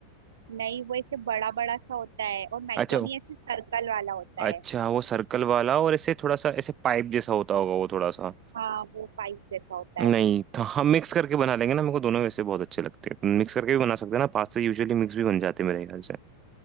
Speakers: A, on the right (about 65°); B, on the right (about 25°).
A: नहीं वो ऐसे बड़ा बड़ा सा होता है और मैक्रोनी
B: अच्छा
A: ऐसे सर्कल वाला होता
B: अच्छा
A: है
B: वो सर्कल वाला और ऐसे थोड़ा सा ऐसे पाइप जैसा होता होगा वो थोड़ा सा
A: हाँ वो पाइप जैसा होता
B: नहीं
A: है
B: था हम मिक्स करके बना लेंगे ना मेरे को दोनों वैसे बहुत अच्छे लगते हैं मिक्स करके भी बना सकते हैं ना पास्ता यूजुअली मिक्स भी बन जाते हैं मेरे ख्याल से